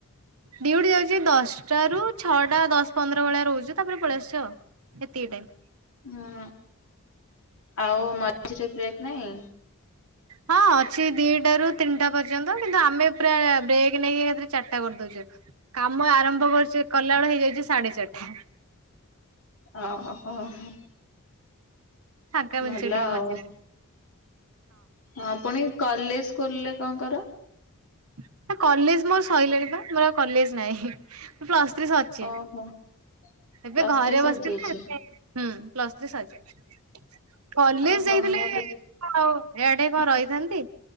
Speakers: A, on the right; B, on the left.
A: ଡ୍ୟୁଟି ଯାଉଚି ଏଇ ଦଶଟା ରୁ ଛଅଟା ଦଶ୍ ପନ୍ଦର ଭଳିଆ ରହୁଚୁ ତାପରେ ପଳେଇ ଆସୁଚୁ ଆଉ। ଏତିକି ଟାଇମ୍।
B: ହୁଁ ଆଉ ମଝିରେ ବ୍ରେକ୍ ନାଇଁ?
A: ହଁ ଅଛି ଦିଟା ରୁ ତିନିଟା ପର୍ଯ୍ୟନ୍ତ। କିନ୍ତୁ ଆମେ ପୁରା ବ୍ରେକ୍ ନେଇକି ଏକାଥରେ ଚାରିଟା କରିଦୋଉଚୁ। କାମ ଆରମ୍ଭ କରୁଛେ କଲାବେଳେ ହେଇଯାଇଚି ସାଢେ ଚାରିଟା।
B: ଓହୋ ହୋ।
A: ଫାଙ୍କା ମିଳୁଛି
B: ଭଲ
A: ଟିକେ
B: ଆଉ।
A: ମଝିରେ।
B: ହଁ ଫୁଣି କଲେଜ୍ ଖୋଲିଲେ କଣ କର?
A: ନା କଲେଜ୍ ମୋର୍ ସଇଲାଣି ପା। ମୋର୍ ଆଉ କଲେଜ୍ ନାହିଁ। ପ୍ଲସ ଥ୍ରି ସରଚି।
B: ଓହୋ
A: ଏବେ
B: ପ୍ଲସ୍
A: ଘରେ
B: ଥ୍ରୀ ସରିଯାଇଛି?
A: ବସିଥିଲି ହେଥିପାଇଁ ହୁଁ ପ୍ଲସ ଥ୍ରୀ ସରିଯାଇଚି। କଲେଜ
B: ଓହୋ
A: ଯାଇଥିଲେ।
B: ମୁଁ ଭାବୁଛି
A: ହଉ ଏଆଡେ କଣ ରହିଥାନ୍ତି।